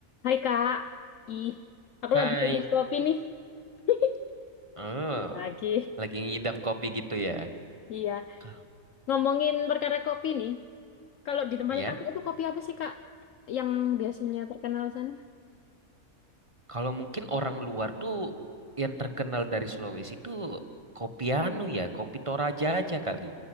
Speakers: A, on the left (about 65°); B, on the right (about 25°).
A: Hai Kak, ih, aku
B: Hai,
A: lagi minum kopi nih. <laughs>
B: oh,
A: Lagi.
B: lagi ngidam kopi gitu ya?
A: Iya,
B: K-
A: ngomongin perkara kopi nih. Kalau di tempatnya
B: Ya,
A: Kakak itu kopi apa sih Kak? Yang biasanya terkenal sana?
B: kalau mungkin orang luar tuh yang terkenal dari Sulawesi tuh kopi anu ya, kopi Toraja aja kali,